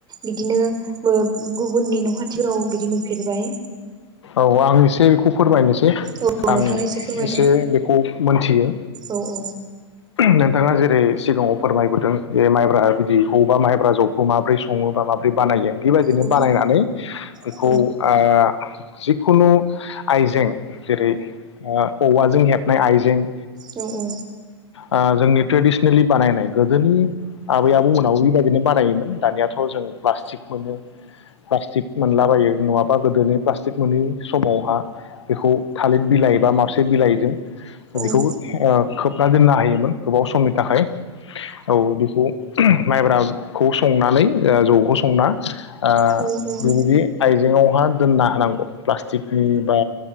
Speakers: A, on the right; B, on the left.
A: बिदिनो ओ गुबुननि न' खाथिफोराव बिदि नुफेरबाय
B: औ आं एसे बेखौ फोरमायनोसै
A: औ
B: आं
A: नोंथाङा फोरमायदों
B: एसे बेखौ मोनथियो।
A: औ औ
B: नोंथाङा जेरै सिगाङाव फोरमायबोदों बे माइब्रा बिदैखौ बा माइब्रा जौ खौ माबोरै सङो बा माब्रै बानायो बेबायदिनो
A: औ
B: बानायनानै बेखौ
A: औ
B: आ जिखुनु आइजें जेरै ओ औवाजों हेबनाय आइजें
A: औ औ
B: आ जोंनि ट्रेडिसनेलि बानायनाय गोदोनि आबै आबौ मोनाबो बेबायदिनो बानायोमोन दानियाथ' जों प्ला स्टिक मोनो प्लाष्टिक मोन्ला यो नङाबा गोदोनि प्लास्टिक मोनै समावहा बेखौ थालिर बिलाइ बा मार्सिट बिलाइजों बेखौ
A: औ
B: ओ खोब ना दोननो हायोमोन गोबाव समनि थाखाय औ बेखौ माइब्रा खौ संनानै ओ जौ खौ संना आ
A: उम उम उम
B: बेबायदि आइजेंआव दोनना हानांगौ प्लास्टिकनि बा